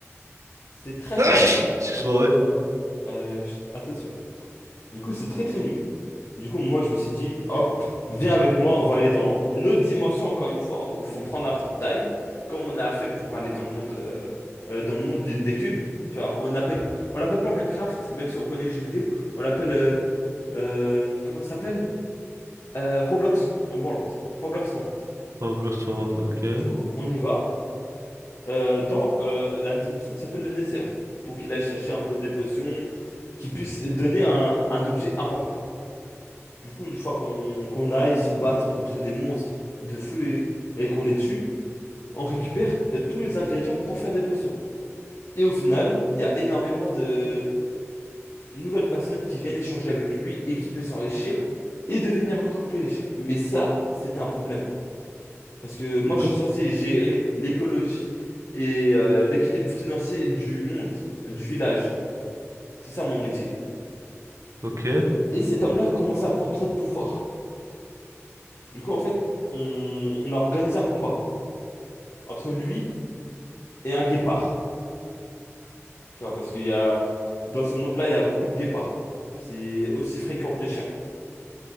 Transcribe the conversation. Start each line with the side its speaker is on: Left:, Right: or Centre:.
Left: C'est très
Right: <coughs> Excuse-moi,
Left: très nul.
Right: ouais.
Left: Euh, je- à tête sûre. Du coup, c'est très très nul. Du coup, moi je me suis dit, hop, viens avec moi, on va aller dans une autre dimension encore une fois. Il faut prendre un portail, comme on a fait pour aller dans le monde, euh, euh, dans le monde du- des cubes. Tu vois, on l'appelle, on l'appelle pas Minecraft, même si on connaît le jeu vidéo. On l'appelle, euh, euh, comment ça s'appelle? Euh, Roblox World. Roblox World.
Right: Oh, Blox ok.
Left: Du coup, on y va euh, dans euh, la dimension qui s'appelle le Nether, pour qu'il aille chercher un peu des potions qui puissent donner un, un objet important. Du coup, une fois qu'on qu'on aille se battre contre des monstres de feu et, et qu'on les tue, on récupère euh, tous les ingrédients pour faire des potions. Et au final, il y a énormément de nouvelles personnes qui viennent échanger avec lui et qui peuvent s'enrichir et devenir encore plus riches. Mais ça, c'est un problème. Parce que moi,
Right: Et
Left: je
Right: comme...
Left: suis censé gérer l'écologie et euh, l'équilibre financier du monde, euh, du village. C'est ça mon métier.
Right: Ok.
Left: Et cet homme-là commençait à prendre trop de pouvoir. Du coup, en fait, on, on a organisé un combat entre lui et un guépard. Tu vois, parce qu'il y a, dans ce monde-là, il y a beaucoup de guépards. C'est aussi fréquent que les chiens.